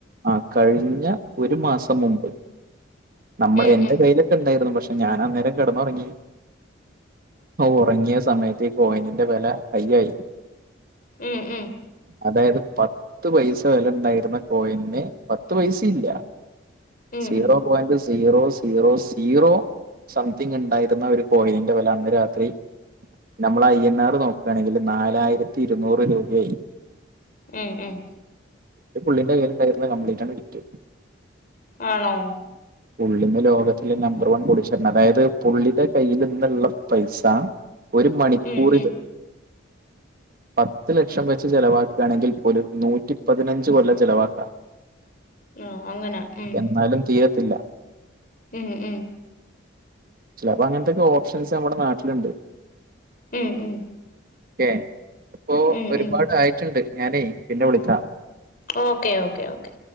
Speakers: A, on the right; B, on the left.
A: ആഹ് കഴിഞ്ഞ ഒരു മാസം മുമ്പ് നമ്മടെ
B: ഉം
A: എൻ്റെ
B: ഉം
A: കൈയില് ഉണ്ടായിരുന്നു പക്ഷെ ഞാൻ അന്നേരം കിടന്നുറങ്ങി ഒറങ്ങിയ സമയത്ത് ഈ കോയിനിന്റെ വില ഹൈയ്യായി.
B: ഉം ഉം
A: അതായത് പത്ത് പൈസ വില ഉണ്ടായിരുന്ന കോയിന് പത്ത് പൈസ ഇല്ല
B: ഉം ഉം
A: സീറോ പോയിൻ്റ് സ് സീറോ സീറോ സീറോ സംതിങ് ഒണ്ടായിരുന്ന ഒരു കോയിൻ്റെ വില അന്ന് രാത്രി നമ്മള് ഐ എൻ ആർ നോക്കുകയാണെങ്കിൽ നാലായിരത്തി ഇരുന്നൂറ് രൂപയായി.
B: ഉം ഉം
A: ഈ പുള്ളിന്റെ കൈയിലുണ്ടായിരുന്നത് കംപ്ലീറ്റ് ആണ് വിറ്റു
B: ആണോ
A: <inaudible> പുള്ളിന്ന് ലോകത്തിൽ നമ്പർ വൺ കോടീശ്വരനാ അതായത് പുള്ളിടെ കയ്യിൽ ഇന്നുള്ള പൈസ ഒരു മണിക്കൂറിൽ
B: ഉം ഉം
A: പത്ത് ലക്ഷം വെച്ച് ചെലവാക്കുകയാണെങ്കിൽ പോലും നൂറ്റി പതിനഞ്ച് കൊല്ലം ചെലവാക്കാം.
B: ആ അങ്ങനെ ഉം
A: എന്നാലും തീരത്തില്ല
B: ഉം ഉം
A: ചെലപ്പം അങ്ങനത്തൊക്കെ ഓപഷൻസ് നമ്മുടെ നാട്ടിലുണ്ട്
B: ഉം ഉം
A: <unintelligible> ഇപ്പോ
B: ഉം
A: ഒരുപാട്
B: ഉം
A: ആയിട്ടുണ്ട് ഞാനേ പിന്നെ വിളിക്കാം.
B: Okay okay okay